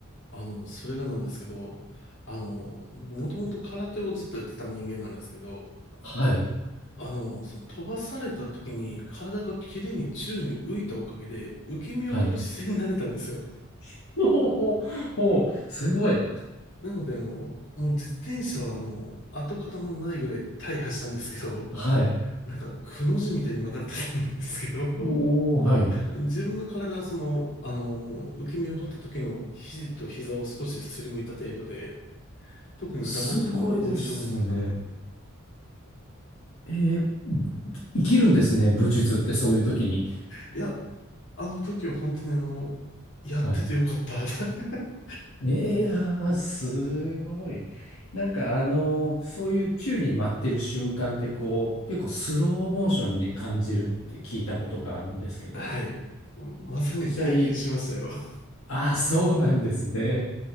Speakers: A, on the left (about 60°); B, on the left (about 75°).
A: あの、それがなんですけど、あの、僕もともと空手をずっとやってた人間なんですけど、
B: はい。
A: あの、その飛ばされた時に体が綺麗に宙に浮いたおかげで受け身を取る姿勢になれたんですよ。
B: はい。<laughs> ほうほう、ほう、すごい。
A: なので、あの、もう自転車はあの、跡形のないぐらい大破したんですけど、
B: はい。
A: なんかくの字みたいに曲がってたんですけど、
B: おー、はい。
A: <laughs> 自分の体はその、あの、受け身を取った時の肘と膝を少しすりむいた程度で、特に打撲とか後遺症もなく、
B: すごいですね。えー生きるんですね、武術ってそういう時に。
A: いや、あの時は本当にあの、やっててよかった。
B: はい。
A: <laughs>
B: いやー、すごい。なんかあの、そういう宙に舞ってる瞬間ってこう、結構スローモーションに感じるって聞いたことがあるんですけど、
A: はい。まさに体験しましたよ。
B: 実際、
A: <laughs>
B: ああ、そうなんですね。